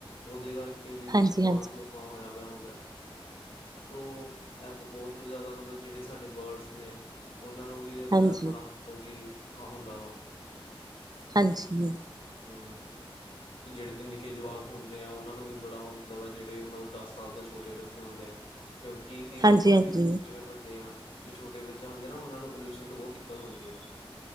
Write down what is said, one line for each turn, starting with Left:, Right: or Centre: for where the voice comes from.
Left: ਓਦੇ ਕਾਰਕੇ ਵੀ
Right: ਹਾਂਜੀ,
Left: ਧੂੰਆਂ-ਧੂੰਆਂ
Right: ਹਾਂਜੀ, ਹਾਂਜੀ,
Left: ਹੋਏਆ ਪੇਆ ਹੁੰਦਾ। ਤੋ ਐ ਬੋਤ ਜਾਦਾ ਮਤਲਬ ਜੇੜੇ ਸਾਡੇ ਬਡਸ ਨੇ, ਓਨਾ ਨੂੰ ਵੀ ਏਦੇ
Right: ਹਾਂਜੀ,
Left: ਨਾਲ ਬੜਾ ਮਤਲਬ ਕਿ ਓਖਾ ਹੋਂਦਾ ਵਾ।
Right: ਹਾਂਜੀ।
Left: ਹੂੰ। ਜੇੜੇ ਨਿੱਕੇ ਜਵਾਕ ਹੁੰਦੇ ਆ, ਓਹਨਾ ਨੂੰ ਵੀ ਬੜਾ ਹੁੰਦਾ ਵਾ ਜੇੜੇ ਮਤਲਬ ਦਸ ਸਾਲ ਤੋਂ ਛੋਟੇ ਬੱਚੇ ਹੁੰਦੇ ਐ। ਕਿਉਂਕਿ
Right: ਹਾਂਜੀ।
Left: ਆਪਾਂ ਦੇ ਜਿਵੇਂ ਵੱਡੇ ਆਂ। ਜੋ ਛੋਟੇ ਬੱਚਿਆਂ ਹੁੰਦੇ ਨਾ, ਓਹਨਾਂ ਨੂੰ ਪੋਲਿਊਸ਼ਨ ਤੋਂ ਬੌਤ ਦਿੱਕਤ ਹੁੰਦੀ ਐ।